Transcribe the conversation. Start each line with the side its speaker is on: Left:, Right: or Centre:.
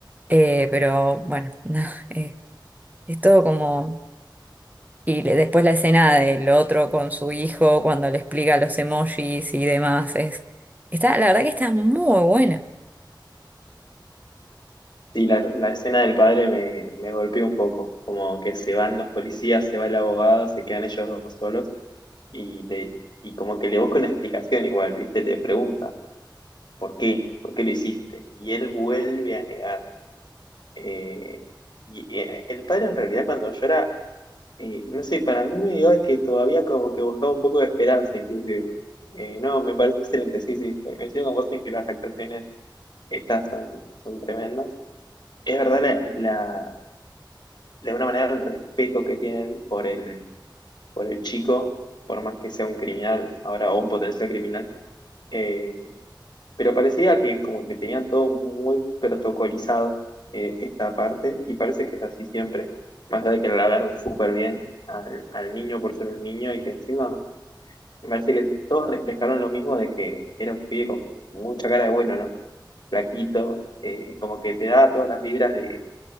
Right: Eh, pero bueno, <laughs> no, eh, es todo como y le- después la escena del otro con su hijo cuando le explica los emojis y demás es está, la verdad que está muy buena.
Left: Sí, la, la escena del padre me, me golpeó un poco, como que se van los policías, se va el abogado, se quedan ellos dos solos y, le, y como que le busca una explicación igual, ¿viste? Le pregunta, ¿por qué? ¿Por qué lo hiciste? Y él vuelve a negar. eh, y eh, el padre en realidad cuando llora, eh, no sé, para mí me dio que todavía como que buscaba un poco de esperanza inclusive. Eh, no, me parece excelente, sí, sí, coincido con vos en que las actuaciones estas son, son tremendas. Es verdad la, la- de alguna manera el respeto que tienen por el, por el chico, por más que sea un criminal ahora o un potencial criminal. Eh, pero parecía que como que tenían todo muy protocolizado eh, esta parte y parece que es así siempre, más allá de que le hablaron súper bien al, al niño por ser un niño y que encima me parece que todos reflejaron lo mismo de que era un pibe con mucha cara de bueno, ¿no? Flaquito, eh, como que te da todas las vibras de